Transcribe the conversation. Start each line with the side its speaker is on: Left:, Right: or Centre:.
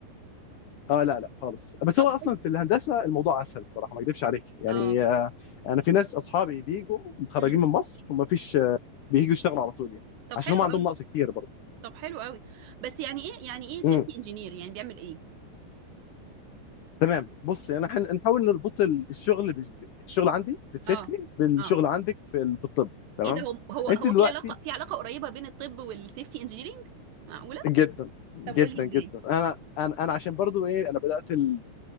Left: آه، لا لا خالص بس
Right: طب
Left: هو اصلا
Right: حلو
Left: في الهندسه الموضوع اسهل الصراحه ما اكذبش عليك يعني
Right: اه
Left: آه انا في ناس اصحابي بيجوا متخرجين
Right: امم
Left: من مصر وما فيش آه، بييجوا يشتغلوا على طول يعني
Right: طب
Left: عشان
Right: حلو
Left: هم عندهم
Right: قوي
Left: نقص كتير برضه
Right: طب حلو قوي بس يعني ايه يعني ايه سيفتي
Left: امم
Right: انجينير يعني بيعمل ايه
Left: تمام بص انا هن- هنحاول نربط ال- الشغل بج- ب- الشغل عندي في السيفتي
Right: اه
Left: بالشغل
Right: اه
Left: عندك في ال- في الطب تمام
Right: ايه ده هو هو هو
Left: انت دلوقتي
Right: في علاقة في علاقة قريبة بين الطب والسيفتي انجينيرنج معقولة
Left: جدا جدا
Right: طب قولي
Left: جدا
Right: ازاي
Left: انا انا انا عشان برضو ايه انا بدات ال-